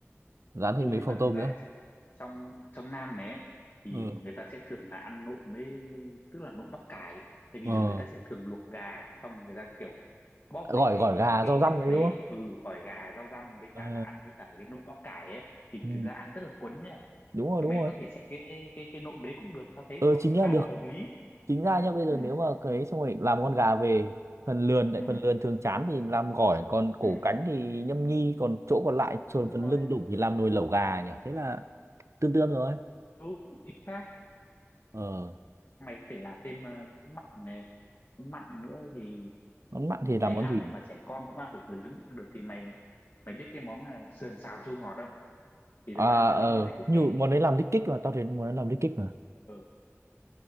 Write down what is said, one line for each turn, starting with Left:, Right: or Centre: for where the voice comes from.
Right: dán thêm
Left: ừ
Right: mấy
Left: nhưng
Right: phồng
Left: mà
Right: tôm
Left: thực ra
Right: nữa
Left: trong trong Nam này ấy, thì
Right: ừ
Left: người ta sẽ thường là ăn nộm với tức là nộm bắp cải tại vì
Right: ờ
Left: là người ta sẽ thường luộc gà xong rồi người ta kiểu bóp
Right: gỏi
Left: mấy cái
Right: gỏi gà
Left: cái
Right: rau răm
Left: gà
Right: đấy
Left: đấy
Right: đúng không
Left: ừ gỏi gà rau răm với cả
Right: ờ
Left: là ăn với cả là cái nộm bắp cải ấy thì
Right: ừ,
Left: thực ra ăn rất là cuốn nha
Right: đúng rồi
Left: thì
Right: đúng
Left: mày
Right: rồi
Left: có thể xem cái cái cái nộm đấy cũng được tao thấy
Right: ờ
Left: là nó
Right: chính
Left: cũng
Right: ra
Left: khá
Right: được
Left: là hợp lý
Right: chính ra nhá bây
Left: ừ
Right: giờ nếu mà cái xong rồi làm con gà về phần lườn tại
Left: ừ
Right: phần lườn thường chán thì làm gỏi còn cổ
Left: ừ
Right: cánh thì nhâm nhi còn chỗ còn lại trồn
Left: đúng
Right: phần
Left: rồi
Right: lưng đủng thì làm nồi lẩu gà nhỉ thế là tương tương rồi
Left: đúng chính xác
Right: ờ
Left: mày phải làm thêm ờ, mặn này mặn nữa thì
Right: món mặn thì làm
Left: dễ
Right: món
Left: ăn
Right: gì
Left: mà trẻ con cũng ăn được người lớn cũng ăn được thì mày mày biết cái món là sườn xào chua ngọt không thì
Right: à
Left: thực ra tao
Right: ờ
Left: thấy món đấy cũng
Right: như
Left: dễ
Right: món đấy làm lít kích mà tao thấy món đấy làm lít kích mà
Left: ừ.